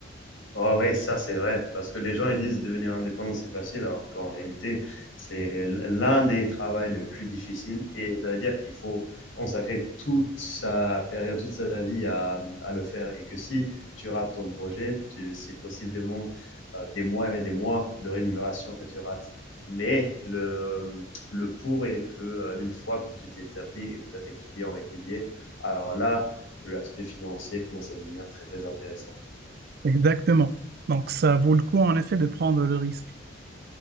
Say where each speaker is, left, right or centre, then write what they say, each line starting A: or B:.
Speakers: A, on the left (about 75°); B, on the right (about 50°).
A: Ah ouais, ça c'est vrai, parce que les gens ils disent devenir indépendant c'est facile, alors qu'en réalité c'est l'un des travaux les plus difficiles et ça veut dire qu'il faut consacrer toute sa période, toute sa vie à, à le faire et que si tu rates ton projet, tu, c'est possiblement euh, des mois et des mois de rémunération que tu rates. Mais le, le pour est que euh, une fois que tu t'es établi et que tu as tes clients réguliers, alors là, l'aspect financier commence à devenir très très intéressant.
B: Exactement. Donc, ça vaut le coup, en effet, de prendre le risque.